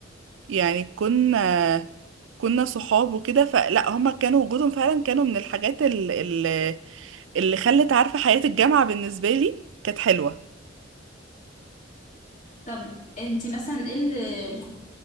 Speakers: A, on the right; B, on the left.
A: يعني كنا كنا صحاب وكده فلا هما كانوا وجودهم فعلا كانوا من الحاجات اللي, اللي خلت عارفة حياة الجامعة بالنسبة لي كانت حلوة
B: طب انت مثلا ايه اللي